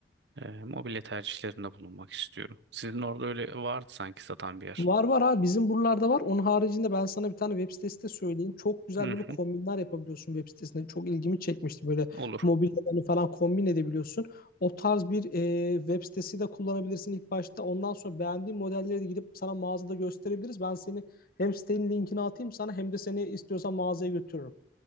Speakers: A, on the right; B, on the left.
A: ee, mobilya tercihlerinde bulunmak istiyorum. Sizin orada öyle vardı sanki satan bir yer.
B: Var var abi bizim buralarda var. Onun haricinde ben sana bir tane web sitesi de söyleyeyim. Çok güzel
A: Hı
B: böyle
A: hı,
B: kombinler yapabiliyorsun web sitesinde. Çok ilgimi çekmişti. Böyle
A: olur.
B: mobilyalarını falan kombin edebiliyorsun. O tarz bir e, web sitesi de kullanabilirsin ilk başta. Ondan sonra beğendiğin modelleri de gidip sana mağazada gösterebiliriz. Ben seni hem sitenin linkini atayım sana hem de seni istiyorsan mağazaya götürürüm.